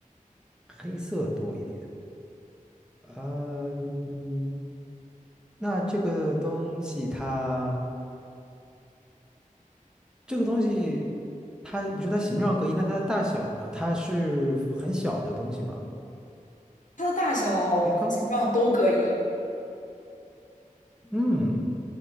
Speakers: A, in the centre; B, on the left (about 65°).
A: 黑色多一点。嗯，那这个东西它，这个东西它，你说它形状各异，那它的大小呢？它是很小的东西吗？
B: 它的大小和形状都各异，
A: 诶，刚，嗯，